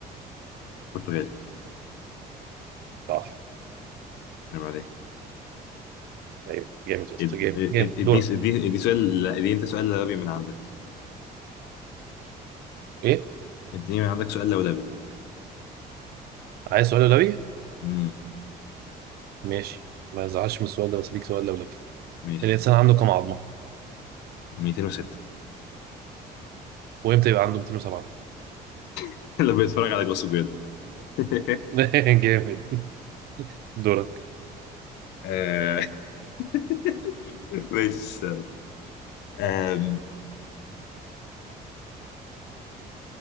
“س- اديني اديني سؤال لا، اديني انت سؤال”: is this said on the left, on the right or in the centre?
Left